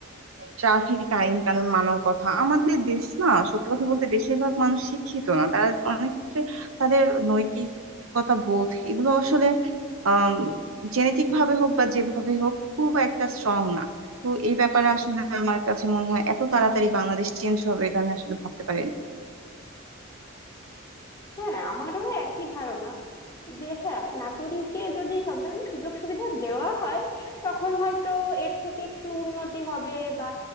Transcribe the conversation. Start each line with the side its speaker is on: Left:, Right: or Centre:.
Right: ট্রাফিক আইন কানুন মানার কথা আমাদের দেশ না সত্যি কথা বলতে বেশিরভাগ মানুষ শিক্ষিত না তারা অনেক ক্ষেত্রে তাদের নৈতিকতা বোধ এগুলো আসলে আহ জেনেটিক ভাবে হোক বা যেভাবে হোক খুব একটা স্ট্রং না তো এই ব্যাপারে আসলে আমার কাছে মনে হয় এত তাড়াতাড়ি বাংলাদেশ চেঞ্জ হবে এটা আমি আসলে ভাবতে পারি
Left: হ্যাঁ আমারও একই ধারণা যে হ্যাঁ নাগরিককে যদি সব ধরনের সুযোগ সুবিধা দেওয়া হয় তখন হয়তো এর থেকে একটু উন্নতি হবে বা